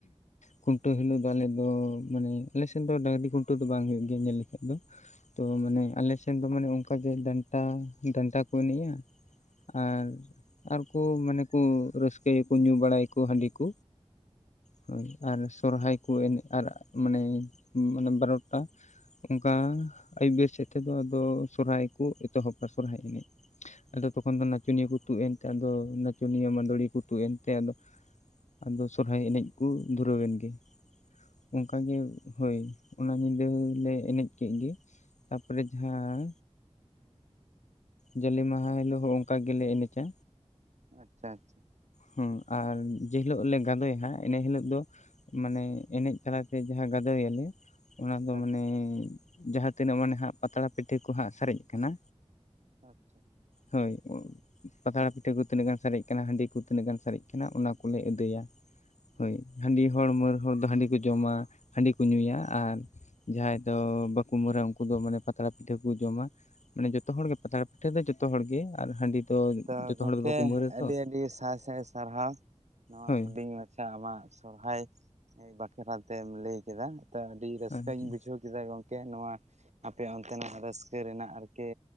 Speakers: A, on the left; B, on the right.
A: ᱠᱷᱩᱱᱴᱟᱹᱣ ᱦᱤᱞᱳᱜ ᱫᱚ ᱟᱞᱮ ᱫᱚ ᱢᱟᱱᱮ ᱟᱞᱮᱱ ᱫᱚ ᱰᱟᱹᱟᱝᱨᱤ ᱠᱷᱩᱱᱴᱟᱹᱣ ᱫᱚ ᱵᱟᱝ ᱦᱩᱭᱩᱜ ᱜᱮᱭᱟ ᱧᱮᱞ ᱫᱚ ᱛᱚ ᱢᱟᱱᱮ ᱟᱞᱮ ᱥᱮᱱ ᱫᱚ ᱢᱟᱱᱮ ᱚᱱᱠᱟᱜᱮ ᱰᱟᱱᱴᱟ ᱰᱟᱱᱴᱟ ᱠᱚ ᱮᱱᱮᱡᱼᱟ ᱟᱨ ᱟᱨᱠᱩ ᱢᱟᱱᱮ ᱠᱚ ᱨᱟᱹᱥᱠᱟᱹᱭᱟᱠᱚ ᱧᱩ ᱵᱟᱲᱟᱭᱟᱠᱚ ᱦᱟᱺᱰᱤᱠᱚ ᱦᱳᱭ ᱟᱨ ᱥᱚᱨᱦᱟᱭ ᱠᱚ ᱮᱱᱮᱡ ᱟᱨ ᱢᱟᱱᱮ ᱢᱟᱱᱮ ᱵᱟᱨᱚᱴᱟ ᱚᱱᱠᱟ ᱟᱹᱭᱩᱵ ᱵᱮᱨ ᱥᱮᱫ ᱛᱮᱫᱚ ᱟᱫᱚ ᱥᱚᱨᱦᱟᱭ ᱠᱚ ᱮᱛᱚᱦᱚᱵᱟ ᱥᱚᱨᱦᱟᱭ ᱮᱱᱮᱡ ᱟᱫᱚ ᱛᱚᱠᱷᱚᱱ ᱫᱚ ᱱᱟᱪᱚᱱᱤᱭᱟᱹ ᱠᱚ ᱛᱩᱫ ᱮᱱᱛᱮ ᱟᱫᱚ ᱱᱟᱪᱚᱱᱤᱭᱟᱹ ᱢᱟᱫᱲᱤᱭᱟᱹ ᱠᱚ ᱛᱩᱫ ᱮᱱᱛᱮ ᱟᱫᱚ ᱟᱫᱚ ᱥᱚᱨᱦᱟᱭ ᱮᱱᱮᱡ ᱠᱩ ᱫᱷᱩᱨᱟᱹᱣ ᱮᱱ ᱜᱮ, ᱚᱱᱠᱟᱜᱮ ᱦᱳᱭ ᱚᱱᱟ ᱧᱤᱫᱟᱹᱞᱮ ᱮᱱᱮᱡ ᱠᱮᱜ ᱜᱮ ᱛᱟᱯᱚᱨᱮ ᱡᱟᱦᱟᱸ ᱡᱟᱞᱮ ᱢᱟᱦᱟ ᱦᱤᱞᱳᱜ ᱦᱚᱸ ᱚᱱᱠᱟ ᱜᱮᱞᱮ ᱮᱱᱮᱡᱟ,
B: ᱟᱪᱪᱷᱟ ᱟᱪᱪᱷᱟ,
A: ᱦᱮᱸ ᱟᱨ ᱡᱮᱦᱤᱞᱳᱜ ᱞᱮ ᱜᱟᱸᱫᱳᱭᱟ ᱦᱟᱸᱜ ᱤᱱᱟ ᱦᱤᱞᱳᱜ ᱫᱚ ᱢᱟᱱᱮ ᱮᱱᱮᱡ ᱛᱟᱞᱟᱛᱮ ᱡᱟᱦᱟᱸ ᱜᱟᱫᱳᱭ ᱟᱞᱮ ᱚᱱᱟ ᱫᱚ
B: ᱟᱪᱪᱷᱟ
A: ᱢᱟᱱᱮ ᱡᱟᱦᱟᱸ ᱛᱤᱱᱟᱹᱜ ᱢᱟᱱᱮ ᱦᱟᱜ ᱯᱟᱛᱲᱟ ᱯᱤᱴᱷᱟᱹ ᱠᱚᱦᱟᱸᱜ ᱥᱟᱨᱮᱡ ᱠᱟᱱᱟ
B: ᱟᱪᱪᱷᱟ,
A: ᱦᱳᱭ ᱯᱟᱛᱲᱟ ᱯᱤᱴᱷᱟᱹ ᱠᱚ ᱛᱤᱱᱟᱹᱜ ᱜᱟᱱ ᱥᱟᱨᱮᱡ ᱠᱟᱱᱟ ᱦᱟᱺᱰᱤ ᱠᱚ ᱛᱤᱱᱟᱹᱜ ᱜᱟᱱ ᱥᱟᱨᱮᱡ ᱠᱟᱱᱟ ᱚᱱᱟ ᱠᱚᱞᱮ ᱟᱹᱫᱟᱹᱭᱟ, ᱦᱳᱭ ᱦᱟᱺᱰᱤ ᱦᱚᱲ ᱢᱟᱹᱨ ᱦᱚᱲ ᱫᱚ ᱦᱟᱺᱰᱤ ᱠᱚ ᱡ ᱡᱚᱢᱟ ᱦᱟᱺᱰᱤ ᱠᱚ ᱧᱩᱭᱟ ᱟᱨ ᱡᱟᱦᱟᱸᱭ ᱫᱚ ᱵᱟᱠᱚ ᱢᱟᱹᱨᱟ ᱩᱱᱠᱩ ᱫᱚ ᱢᱟᱱᱮ ᱯᱟᱛᱲᱟ ᱯᱤᱴᱷᱟᱹ ᱠᱚ ᱡᱚᱢᱟ ᱢᱟᱱᱮ ᱡᱚᱛᱚ ᱦᱚᱲᱜ ᱜᱮ ᱯᱟᱛᱲᱟ ᱯᱤᱴᱷᱟᱹ ᱫᱚ ᱡᱚᱛᱚ ᱡᱚᱛᱚ ᱦᱚᱲ ᱜᱮ ᱟᱨ ᱦᱟᱺᱰᱤ ᱫᱚ
B: ᱛᱚ
A: ᱡᱚᱛᱚ
B: ᱜᱚᱢᱠᱮ
A: ᱦᱚᱲ ᱫᱚ ᱵᱟᱠᱚ ᱢᱟᱹᱨᱟ
B: ᱟᱹᱰᱤ
A: ᱛᱚ
B: ᱟᱹᱰᱤ ᱥᱟᱭ ᱥᱟᱭ ᱥᱟᱨᱦᱟᱣ ᱱᱚᱣᱟ
A: ᱦᱳᱭ
B: ᱦᱩᱰᱤᱧ ᱢᱟ ᱟᱪᱪᱷᱟ ᱟᱢᱟᱜ ᱥᱚᱨᱦᱟᱭ ᱵᱟᱠᱷᱨᱟ ᱛᱮᱢ ᱞᱟᱹᱭ ᱠᱮᱫᱟ ᱛᱚ ᱟᱹᱰᱤ ᱨᱟᱹᱥᱠᱟᱹᱧ
A: ᱟᱪᱪᱷᱟ
B: ᱵᱩᱡᱷᱟᱹᱣ ᱠᱮᱫᱟ ᱠᱮᱫᱟ ᱜᱚᱢᱠᱮ ᱱᱚᱣᱟ ᱟᱯᱮ ᱚᱱᱛᱮᱱᱟᱜ ᱨᱟᱹᱥᱠᱟᱹ ᱨᱮᱱᱟᱜ ᱟᱨᱠᱤ